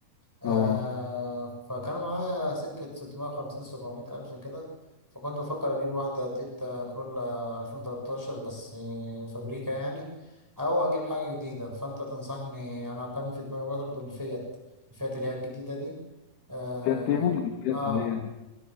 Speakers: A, in the centre; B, on the left.
A: آه
B: اه
A: فكان معايا سكة 650 700 ألف كده فكنت بفكر أجيب واحدة تويوتا كرولا 2013 بس آه، فابريكا يعني أو أجيب حاجة جديدة فأنت تنصحني أنا كان في دماغي برضه الفيات الفيات اللي هي الجديدة دي آه,
B: فيات تيبو ولا فيات
A: آه
B: عادية